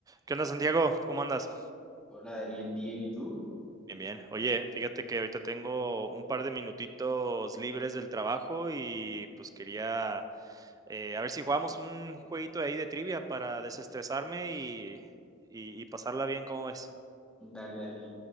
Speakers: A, on the right (about 20°); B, in the centre.
A: ¿Qué onda, Santiago? ¿Cómo andas?
B: Hola Daniel, bien, ¿y tú?
A: Bien, bien. Oye, fíjate que ahorita tengo un par de minutitos libres del trabajo y pues quería eh, a ver si jugamos un jueguito ahí de trivia para desestresarme y, y- y pasarla bien, ¿cómo ves?
B: Dale, dale,